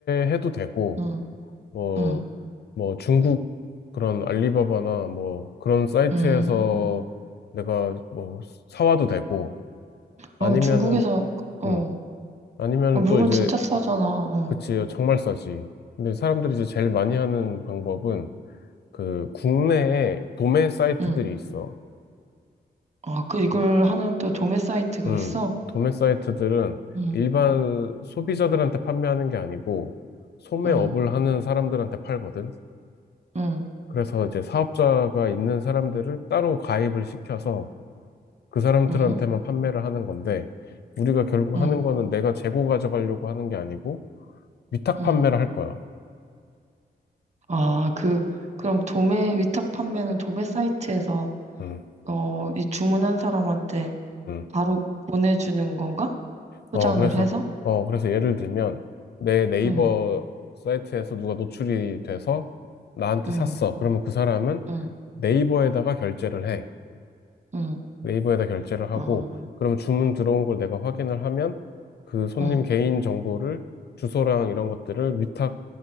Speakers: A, on the left; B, on the right.
A: 해도 되고,
B: 응,
A: 뭐,
B: 응,
A: 뭐 중국 그런 알리바바나 뭐 그런 사이트에서
B: 응
A: 내가 뭐 사와도 되고, 아니면은,
B: 어, 중국에서, 어,
A: 음,
B: 어,
A: 아니면
B: 물건
A: 또 이제,
B: 진짜 싸잖아, 어,
A: 그치, 정말 싸지. 근데 사람들이 이제 제일 많이 하는 방법은 그 국내에 도매 사이트들이
B: 응.
A: 있어.
B: 아, 그 이걸
A: 어,
B: 하는 또 도매 사이트가
A: 음,
B: 있어?
A: 도매 사이트들은
B: 응,
A: 일반 소비자들한테 판매하는 게 아니고 소매업을
B: 응,
A: 하는 사람들한테 팔거든.
B: 응,
A: 그래서 이제 사업자가 있는 사람들을 따로 가입을 시켜서 그 사람들한테만
B: 응,
A: 판매를 하는 건데 우리가 결국
B: 응,
A: 하는 거는 내가 재고 가져가려고 하는 게 아니고 위탁
B: 응.
A: 판매를 할 거야.
B: 아, 그, 그럼 도매, 위탁 판매는 도매 사이트에서,
A: 음,
B: 어, 이 주문한 사람한테
A: 음.
B: 바로 보내주는 건가? 포장을
A: 어, 그래서,
B: 해서?
A: 어, 그래서 예를 들면, 내 네이버
B: 응,
A: 사이트에서 누가 노출이 돼서 나한테
B: 응,
A: 샀어. 그러면 그 사람은
B: 응,
A: 네이버에다가 결제를 해.
B: 응,
A: 네이버에다 결제를 하고,
B: 어,
A: 그러면 주문 들어온 걸 내가 확인을 하면 그 손님
B: 응,
A: 개인 정보를 주소랑 이런 것들을 위탁